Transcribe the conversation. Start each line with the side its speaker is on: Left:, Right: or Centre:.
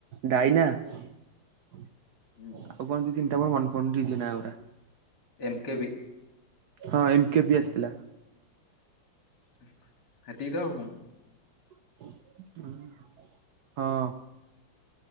Right: ଡାଇନା। ଆଉ
Left: ହୁଁ।
Right: କଣ ଦି ତିନିଟା ମୋର ମନେପଡୁନି ଡିଜି ନା ଗୁରା।
Left: M K B.
Right: ହଁ ଏମ୍ କେ ବି ଆସ୍ଥିଲା।
Left: ସେତିକିତ ଆଉ କଣ।
Right: ହଁ।